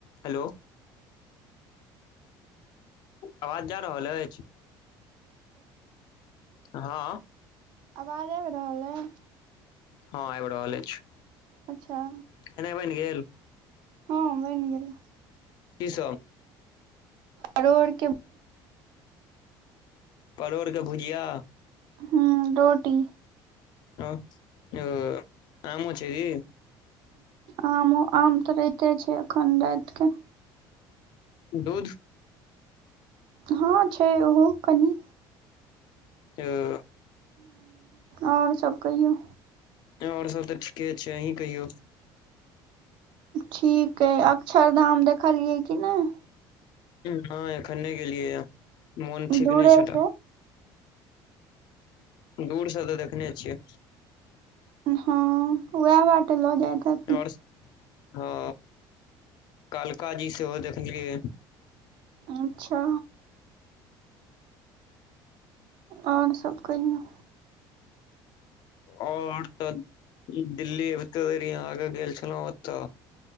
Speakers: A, on the left; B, on the right.
A: Hello आवाज जा रहल अछि। हा
B: आवास आबे रहल या
A: हँ आबि रहल अछि।
B: अच्छा
A: खेनाइ बनि गेल
B: हँ बनि गेलै
A: कि सभ
B: और कि
A: परोड़ के भुजिआ
B: हा रोटी
A: हा ओ आमो छै। कि
B: आमो आम तऽ राइते छै। अखन रातिक
A: दूध
B: हँ छै। ओहो कनि
A: आ
B: आओर सभ कहियौ।
A: ओर सभ तऽ ठीके छै। अहीं कहियौ
B: ठीक हा अक्षर धाम देखलियै कि नहि
A: ह एखन नहि गेलियै ह मोन ठीक
B: दूरे
A: नहि छै।
B: से
A: दूर सँ तऽ देखने छियै
B: हँ उएह बटे लऽ जाइ तऽ
A: ओर हँ कलका जी सेहो देखलियै
B: अच्छा आओर सब कहियौ
A: आओर तऽ दिल्ली एबते देरी यहाँ आगे गेल छलौं ओतऽ